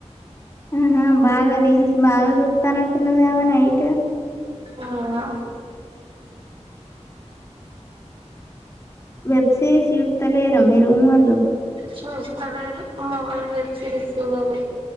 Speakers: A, on the left; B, on the right.
A: ఆహా బాగా రీల్స్ బాగా సుత్తానట్టున్నవ్ గా ఆమె నైట్
B: అవునా
A: వెబ్ సిరీస్ సూత్తలేరు మీ రూమొళ్ళు
B: చూస్తలేరు మా వాళ్ళు వెబ్ సిరీస్ చూడరు